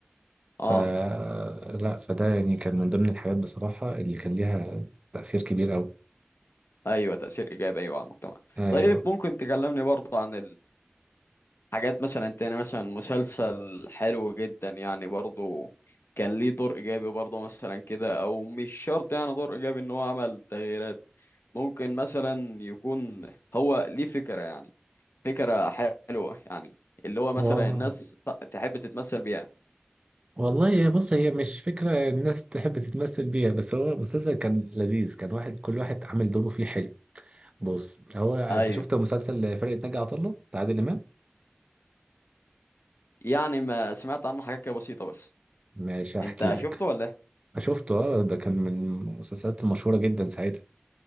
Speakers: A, on the left; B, on the right.
A: آه
B: ف لا فده يعني كان من ضمن الحاجات بصراحة اللي كان ليها تأثير كبير أوي
A: أيوه تأثير إيجابي أيوه على المجتمع
B: ايوه
A: طيب ممكن تكلمني برضه عن الحاجات مثلا تاني مثلا مسلسل حلو جدا يعني برضه كان ليه دور إيجابي برضه مثلا كده أو مش شرط يعني دور إيجابي إن هو عمل تغييرات ممكن مثلا يكون هو ليه فكرة يعني فكرة حلوة يعني اللي هو مثلا
B: و...
A: الناس ت- تحب تتمثل بيها
B: والله بص هي مش فكره الناس تحب تتمثل بيها بس هو المسلسل كان لذيذ كان واحد كل واحد عامل دوره فيه حلو بص هو انت
A: ايوه
B: شفت مسلسل فرقه ناجي عطا الله بتاع عادل امام
A: يعني ما سمعت عنه حاجة كده بسيطة بس
B: ماشي هحكي
A: انت
B: لك
A: شفته ولا إيه؟
B: شفته اه ده كان من المسلسلات المشهوره جدا ساعتها